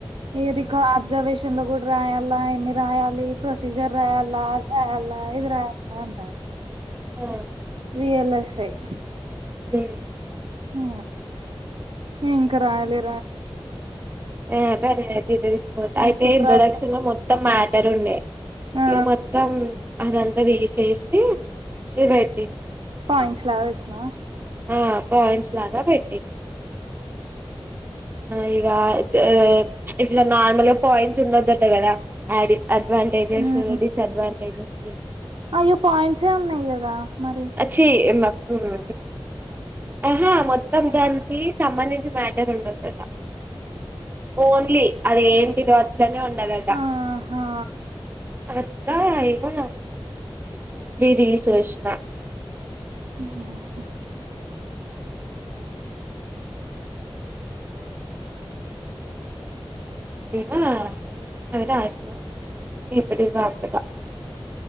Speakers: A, on the right; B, on the right.
A: ఏ రికార్ రిజర్వషన్ లో కూడా రాయ అలా ఏన్ని రాయాలి. ప్రొసీజర్ రాయాలా రాయాల ఏది రాయల పంట
B: <unintelligible>
A: ఇయ్యలాస్తాయ్
B: హ్
A: హు నేన్ ఇంకా రయలే
B: ఏ పది అయితే ఇదే తెసుకోపోతా అయితే
A: ఎప్పుడు
B: ఇంట్రొడక్షన్
A: రాత
B: లో మొత్తం మా ఇద్దరుండే
A: ఆ
B: ఇగ మొత్తం అదంతా తీసేసి ఇది పెట్టినా
A: <unintelligible> పెట్టినవ
B: ఆ పాయింట్స్ లాగా పెట్టినా ఆ ఇగ తే ఇట్లా నార్మల్ గా పాయింట్స్ ఉండొద్దటగ దా ఆడి అడ్వాంటేజెస్
A: ఉమ్
B: డిసడ్వాంటేజెస్ కి
A: అయ్యో పాయింట్సే ఉన్నాయి కదా మరి
B: ఎచీ ఎన్నా ఉమ్ ఆహా మొత్తం దాంది సంబంధించి మాటరుండొంద ట్ ఓన్లీ అది ఏంటి దో నే ఉండలటా
A: ఆహా
B: అదిప్పుడ్ తీష్ వచ్చిన
A: ఆ హ
B: నేనా ఇగ నాశనం న ఎప్పుటి మారతడో